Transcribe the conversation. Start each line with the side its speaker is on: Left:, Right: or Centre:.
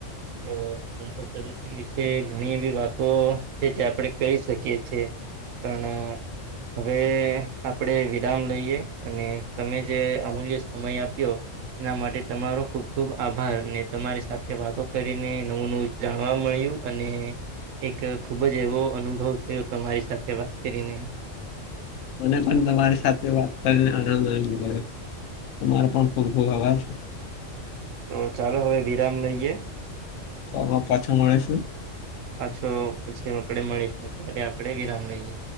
Right: તો એમ તો પ્રદુષણ વિશે ઘણી એવી વાતો છે જે આપણે કરી શકીએ છીએ. પણ હવે આપડે વિરામ લઈએ અને તમે જે અમૂલ્ય સમય આપ્યો એના માટે તમારો ખુબ ખુબ આભાર ને તમારી સાથે વાતો કરીને નવું નવું જાણવા મળ્યું અને એક ખૂબ જ એવો અનુભવ થયો તમારી સાથે વાત કરીને
Left: મને પણ તમારી સાથે વાત કરીને આનંદ અનુભવ્યો તમારો પણ ખૂબ ખૂબ આભાર.
Right: તો ચાલો હવે વિરામ લઈએ.
Left: અવે પાછા મળીશું.
Right: પાછો પછી આપડે મળીશું ત્યારે આપડે વિરામ લઈએ.